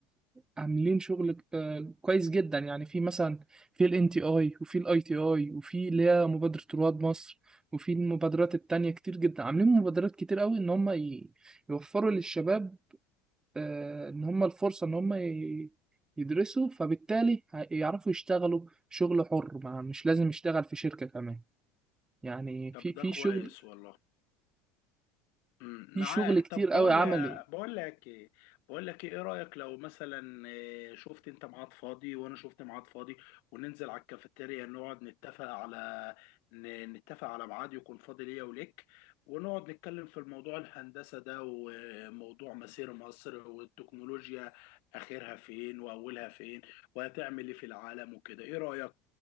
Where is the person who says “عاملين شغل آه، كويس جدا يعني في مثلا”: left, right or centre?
Right